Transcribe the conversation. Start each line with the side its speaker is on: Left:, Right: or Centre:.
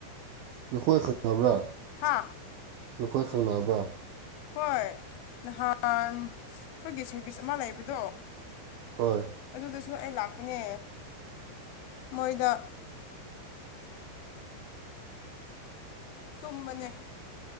Right: ꯅꯈꯣꯏ ꯈꯪꯅꯕ꯭ꯔꯥ
Left: ꯍꯥ
Right: ꯅꯈꯣꯏ ꯈꯪꯅꯕ꯭ꯔꯥ
Left: ꯍꯣꯏ ꯅꯍꯥꯟ ꯑꯩꯈꯣꯏꯒꯤ ꯁꯔꯚꯤꯁ ꯑꯃ ꯂꯩꯕꯗꯣ
Right: ꯍꯣꯏ
Left: ꯑꯗꯨꯗꯁꯨ ꯑꯩ ꯂꯥꯛꯄꯅꯦ ꯃꯣꯏꯗ ꯇꯨꯝꯕꯅꯦ